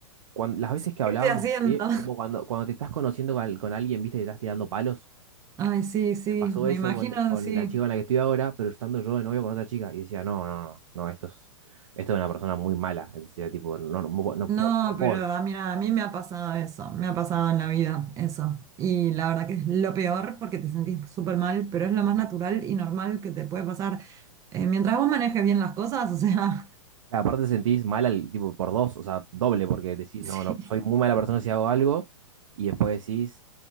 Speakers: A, on the right; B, on the right.
A: cuan- las veces
B: Sí,
A: que
B: ¿qué
A: hablábamos,
B: estoy haciendo?
A: eh, como cuando, cuando te estás conociendo con, al- con alguien, viste, te estás tirando palos.
B: <laughs> Ay, sí, sí,
A: Me pasó
B: me
A: eso
B: imagino,
A: con, con
B: sí.
A: la chica con la que estoy ahora, pero estando yo de novio con otra chica. Y decía, no, no, no, esto es, esto es una persona muy mala. Decía, tipo, no, no, puedo- no,
B: No,
A: puedo- no puedo.
B: pero ah, mira, a mí me ha pasado eso, me ha pasado en la vida eso. Y la verdad que es lo peor porque te sentís súper mal, pero es lo más natural y normal que te puede pasar. Eh, mientras vos manejes bien las cosas, o sea,
A: Aparte te sentís mal, al- tipo, por dos, o sea, doble, porque decís,
B: <laughs> sí.
A: no, no, soy muy mala persona si hago algo. Y después decís,